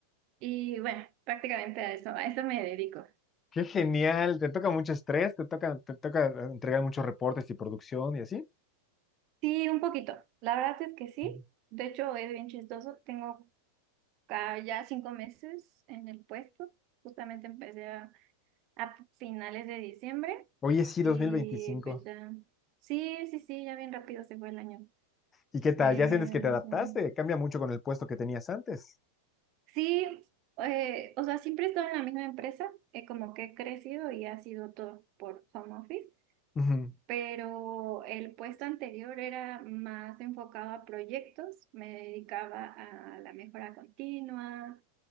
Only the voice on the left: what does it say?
Qué genial, te toca mucho estrés, te toca, te toca eh, entregar muchos reportes y producción y así.
Ujú.
Oye, sí,
dos mil veinticinco.
¿Y qué tal?
¿Ya sientes que te adaptaste?
Cambia mucho con el puesto que tenías antes.
Ujú,